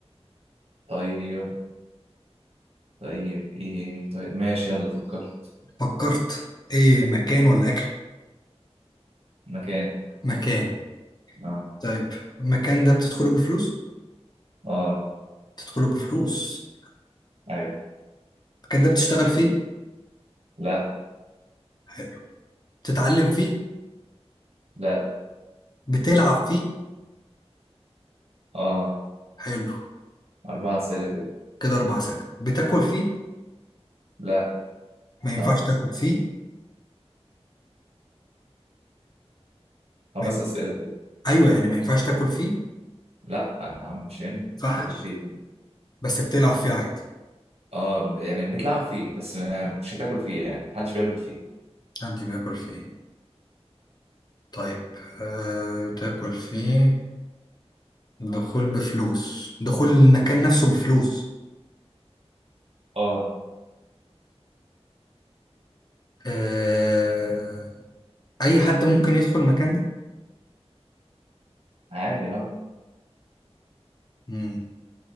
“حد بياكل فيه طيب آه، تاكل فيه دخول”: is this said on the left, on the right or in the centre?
Left